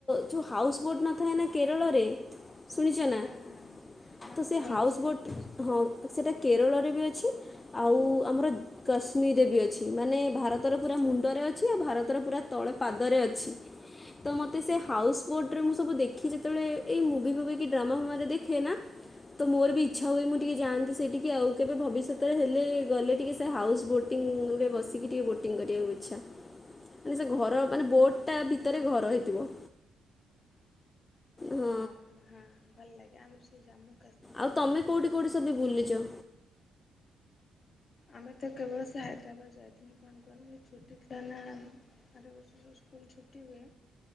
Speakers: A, on the left (about 25°); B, on the left (about 45°).
A: ଯେଉଁ ହାଉସ୍ ବୋଟ୍ ନଥାଏନା କେରଳରେ ଶୁଣିଛ ନା
B: ହଁ ହଁ। ହଁ
A: ତ ସେ
B: ଶୁଣିଛି
A: ହାଉସ୍ ବୋଟ୍
B: ଦେଖିଛି।
A: ହଁ ସେଇଟା କେରଳରେ ବି ଅଛି ଆଉ ଆମର କାଶ୍ମୀମିରେ ବି ଅଛି ମାନେ ଭାରତର ପୁରା ମୁଣ୍ଡରେ ଅଛି ଆଉ ଭାରତର ପୁରା ତଳେ ପାଦରେ ଅଛି। ତ ମତେ ସେ ହାଉସ ବୋଟ୍ ରେ ମୁଁ ସବୁ ଦେଖି ଯେତେବେଳେ ଏଇ ମୁଭି ଫୁଭି କି ଡ୍ରାମା ଫ୍ରାମରେ ଦେଖେ ନା ତ ମୋର ବି ଇଚ୍ଛା ହୁଏ ମୁ
B: ହୁଁ
A: ଟିକେ ଯାଆନ୍ତି ସେଠି। କି ଆଉ କେବେ ଭବିଷ୍ୟତରେ ହେଲେ ଗଲେ ଟିକେ ସେ ହାଉସ୍ ବୋଟିଂରେ ବସିକି ଟିକେ ବୋଟିଂ କରିବାକୁ ଇଚ୍ଛା। ମାନେ ସେ ଘର
B: ହୁଁ
A: ମାନେ ବୋର୍ଟଟା ଭିତରେ ଘର ହେଇଥିବ। ହଁ
B: ଆଉ ମୁହାଁ ଭଲ ଲାଗେ ଆମର ସେ ଜାମୁ
A: ଆଉ ତମେ କୋଉଠି କୋଉଠି ସବି ବୁଲିଚ?
B: ଆମେ ତ କେବଳ ସେ ହାଇଦ୍ରାବାଦ ଯାଇଥିଲୁ କଣ କୁହନି ଛୁଟି ଥିଲା ନାଁ ଆ ଆର ବର୍ଷ କୁ ସ୍କୁଲ୍ ଛୁଟି ହୁଏ